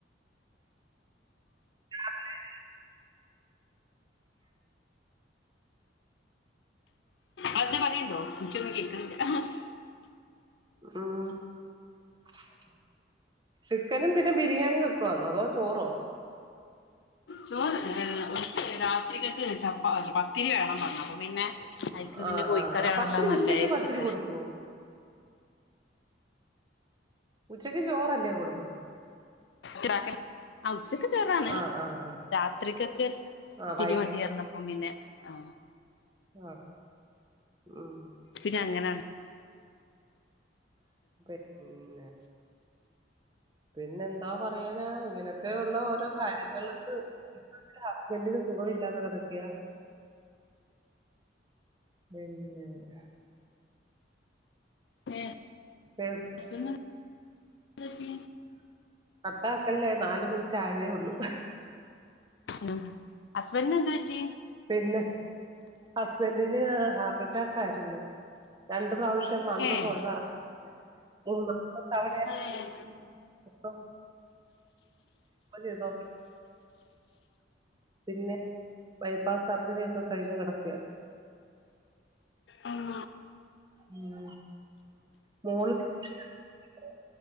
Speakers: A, on the right; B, on the left.
A: രാവിലെ
B: അ പറയുണ്ടോ? എനിക്കൊന്നും കേൾക്കണില്ല. ഹ ഹ്
A: മ് മ് ചിക്കനും പിന്നെ ബിരിയാണി വെക്കുന്നോ അതോ ചോറോ?
B: ചോറ് ഏഹ് രാത്രിക്കൊക്ക് ചപ്പ പത്തിരി വേണം പറഞ്ഞു അപ്പൊ പിന്നെ അയ്ക്ക്
A: ആഹ്
B: പിന്നെ കോഴിക്കറി
A: ആഹ് ആ
B: ആണല്ലോ
A: പത്തിരി
B: നല്ലത്
A: ഉച്ചക്ക്
B: രിച്ചിട്ട്.
A: പത്തിരി കൊടുക്കുവോ ഉച്ചക്ക് ചോറല്ലേ കൊടുക്കുന്നേ?
B: ക്ക ഉച്ചക്കെ ചേറാണ്
A: ആഹ് ആഹ് ആഹ്
B: രാത്രിക്കൊക്കെ
A: ആഹ്
B: ഒത്തിരി
A: വൈ
B: മതി ഇറന്നപ്പം പിന്നെ ആ
A: ആഹ് ഉം
B: പിന്നെ അങ്ങനെണ്ട
A: <unintelligible> പിന്നെ എന്താ പറയാനാ ഇങ്ങനെയൊക്കെയുള്ള ഓരോ കാര്യങ്ങൾണ്ട് ഹസ്ബൻ്റിന് സുഖം ഇല്ലാതെ കിടക്ക്യ. പിന്നെ വര
B: ഏഹ്
A: കേൾക്ക
B: ഹസ്ബൻഡിന്
A: <inaudible>
B: എന്ത് പറ്റി
A: കട്ടാക്കല്ലേ നാല് മിനിറ്റ് ആയതേ ഉള്ളൂ.
B: ഉം ഹസ്ബൻ്റിന് എന്തു പറ്റി
A: പിന്നെ ഹസ്ബൻ്റിന് ഹാർട്ട്റ്റാക്ക് ആയിരുന്നു രണ്ട് പ്രാവശ്യം പക്ഷെ വന്നു
B: ഏഹ്
A: പോയതാറിഞ്ഞില്ല. <unintelligible>
B: ഏഹ്
A: ചെയ്തോ പിന്നെ ബൈപ്പാസ് സർജറി ഒക്കെഴിഞ്ഞ് കിക്കുക
B: ഉം
A: ഉം മോള് <unintelligible>